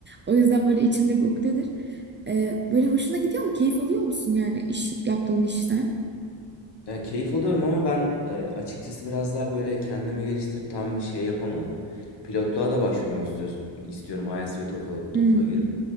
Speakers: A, on the right; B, on the left.
A: o yüzden böyle içimde bir ukdedir. E, böyle hoşuna gidiyor mu? Keyif alıyor musun yani iş yaptığın işten?
B: Ya keyif alıyorum ama ben e, açıkçası biraz daha böyle kendimi geliştirip tam bir şey yapamadım. Pilotluğa da başvurmak istiyorum, istiyorum IELTS ve TOEFL, TOEFL'a
A: Hmm.
B: girip.